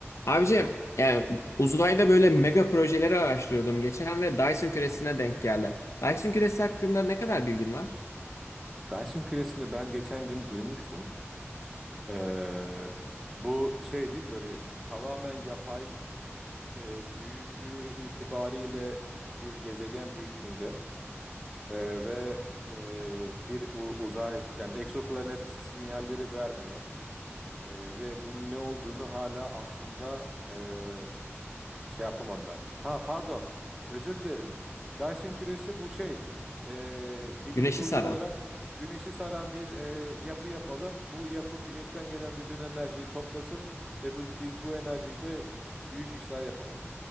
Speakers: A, on the left (about 75°); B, in the centre.
A: Abicim yani uzayda böyle mega projeleri araştırıyordum geçen ve Dyson küresine denk geldim. Dyson küresi hakkında ne kadar bilgin var?
B: Benson küresini ben geçen gün duymuştum. Ee, bu şey değil mi böyle tamamen yapay e, büyüklüğü itibariyle bir gezegen büyüklüğünde e, ve e, bir u- uzay yani egzoplanet sinyalleri vermiyor E, ve bunun ne olduğunu hala aslında e, Şey yapamadılar. Ha pardon. Özür dilerim. Dyson küresi bu şey. Ee, bilim
A: Güneşi
B: kurgu
A: saran.
B: olarak güneşi saran bir e, yapı yapalım. Bu yapı güneşten gelen bütün enerjiyi toplasın ve bu, biz bu enerjiyle büyük işler yapalım.